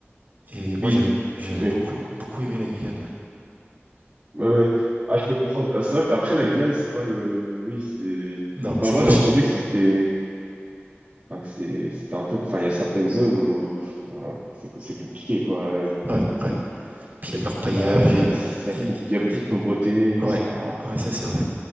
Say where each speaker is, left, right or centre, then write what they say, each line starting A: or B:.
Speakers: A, on the right; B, on the right.
A: Et moi,
B: Oui,
A: j'avais j'avais
B: oui,
A: beaucoup beaucoup aimé la Guyane, ouais.
B: ouais, ouais. Ah, je peux comprendre. Ah, Ça, après, la Guyane, c'est pas le, oui, c'est.
A: Non,
B: Enfin,
A: c'est
B: moi,
A: moi
B: j'ai
A: cher.
B: entendu que c'était Enfin, que c'est, c'était un peu, enfin, il y a certaines zones où enfin, c'est c'est compliqué, quoi.
A: Ouais, ouais. Puis il y a de l'orpaillage,
B: Il y a,
A: il
B: il
A: y a,
B: y
A: il
B: a
A: y a-
B: beaucoup,
A: il
B: il y a beaucoup
A: y a-
B: de pauvreté, etc.
A: ouais, ouais, ça c'est vrai.